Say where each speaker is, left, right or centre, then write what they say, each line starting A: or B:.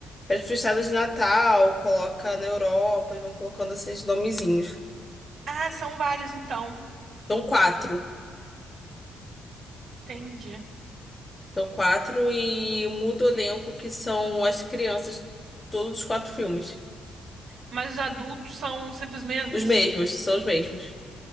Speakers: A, on the left (about 20°); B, on the right (about 70°).
A: férias frustradas de Natal, coloca na Europa e vão colocando esses nomezinhos.
B: Ah, são vários então.
A: São quatro.
B: Entendi.
A: São quatro e muda o elenco que são as crianças, todos os quatro filmes.
B: Mas os adultos são sempre os mesmos?
A: Os mesmos, são os mesmos.